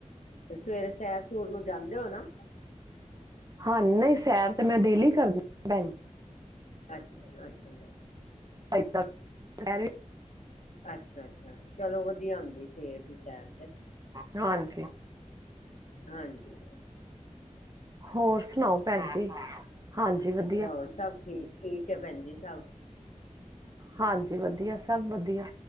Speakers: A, on the left (about 70°); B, on the right (about 30°).
A: ਤੇ ਸਵੇਰੇ ਸੈਰ-ਸੂਰ ਨੂੰ ਜਾਂਦੇ ਓ ਨਾ?
B: ਹਾਂ, ਨਹੀਂ ਸੈਰ ਤੇ ''ਮੈਂ ਡੇਲੀ ਕਰਦੀ ਹਾਂ ਭੈਣ
A: ਅੱਛਾ, ਅੱਛਾ।
B: ਅਜੇ ਤਕ ਸੈਰ ਵੀ
A: ਅੱਛਾ-ਅੱਛਾ, ਚਲੋ ਵਧੀਆ ਹੁੰਦੀ ਸਵੇਰ ਦੀ ਸੈਰ ਤੇ।
B: ਹਾਂਜੀ।
A: ਹਾਂਜੀ।
B: ਹੋਰ ਸੁਣਾਓ ਭੈਣ ਜੀ, ਹਾਂਜੀ ਵਧ
A: ਹਾਂ, ਸਭ ਠੀ, ਠੀਕ ਐ, ਭੈਣ ਜੀ ਸਭ।
B: ਹਾਂਜੀ ਵਧੀਆ, ਸਭ ਵਧੀਆ।